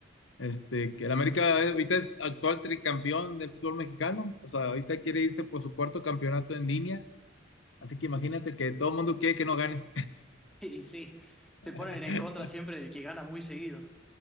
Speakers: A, on the left (about 85°); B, in the centre.
A: Este, que el América eh, ahorita es actual tricampeón del fútbol mexicano. O sea, ahorita quiere irse por su cuarto campeonato en línea. Así que imagínate que todo el mundo quiere que no gane.
B: Y sí, se
A: <laughs>
B: ponen en contra siempre del que gana muy seguido.